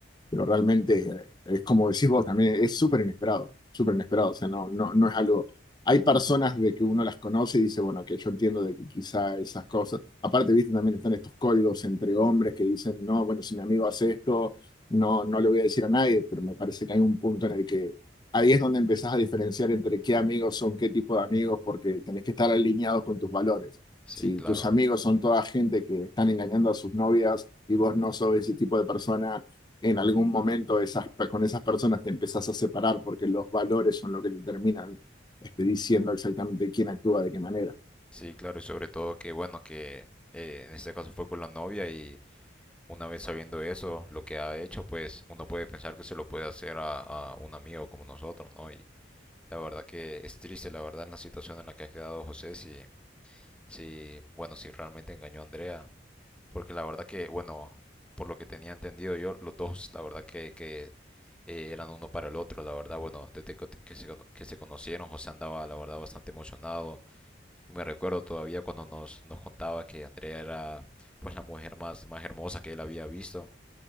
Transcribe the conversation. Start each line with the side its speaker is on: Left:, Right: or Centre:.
Left: pero realmente es como decís vos también, es súper inesperado, súper inesperado, o sea, no, no, no es algo, hay personas de que uno las conoce y dice, bueno, que yo entiendo de que quizá esas cosas, aparte, viste, también están estos códigos entre hombres que dicen, no, bueno, si mi amigo hace esto, no, no le voy a decir a nadie, pero me parece que hay un punto en el que ahí es donde empezás a diferenciar entre qué amigos son qué tipo de amigos, porque tenés que estar alineados con tus valores.
Centre: Sí,
Left: Si
Centre: claro.
Left: tus amigos son toda gente que están engañando a sus novias y vos no sos ese tipo de persona, en algún momento esas, con esas personas te empezás a separar porque los valores son lo que te terminan este, diciendo exactamente quién actúa de qué manera.
Centre: Sí, claro, y sobre todo que, bueno, que eh, en este caso fue con la novia y una vez sabiendo eso, lo que ha hecho, pues uno puede pensar que se lo puede hacer a, a un amigo como nosotros, ¿no? Y la verdad que es triste, la verdad, en la situación en la que ha quedado José, sí, si, bueno, si realmente engañó a Andrea, porque la verdad que, bueno, por lo que tenía entendido yo, los dos, la verdad que, que eh, eran uno para el otro, la verdad, bueno, desde que, que se, cono- que se conocieron, José andaba, la verdad, bastante emocionado. Y me recuerdo todavía cuando nos, nos contaba que Andrea era, pues, la mujer más, más hermosa que él había visto